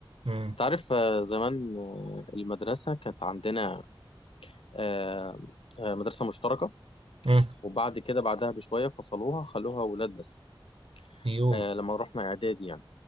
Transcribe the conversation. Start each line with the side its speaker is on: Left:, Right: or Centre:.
Right: امم
Left: أنت عارف آه، زمان آه، المدرسة كانت عندنا آه، آه، مدرسة مشتركة
Right: امم
Left: وبعد كده بعدها بشوية فصلوها خلوها ولاد بس
Right: يو
Left: آه، لما رحنا إعدادي يعني